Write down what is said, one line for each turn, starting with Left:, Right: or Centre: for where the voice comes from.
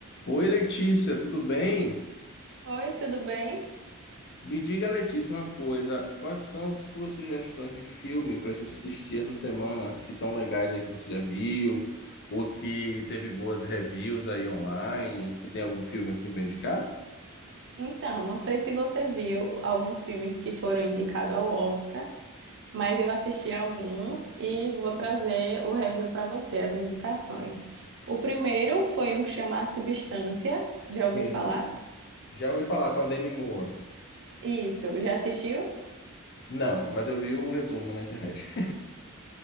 Left: Oi, Letícia, tudo bem?
Right: Oi, tudo bem?
Left: Me diga, Letícia, uma coisa. Quais são suas sugestões de filme para a gente assistir essa semana que tão legais aí que você já viu ou que teve boas reviews aí online? Você tem algum filme assim para indicar?
Right: Então, não sei se você viu alguns filmes que foram indicados ao Oscar, mas eu assisti alguns e vou trazer o review para você, as indicações. O primeiro foi um que chama A Substância, já
Left: Sim.
Right: ouviu falar?
Left: Já ouvi falar com a Demi Moore.
Right: Isso, já assistiu?
Left: Não, mas eu vi o resumo na internet. <laughs>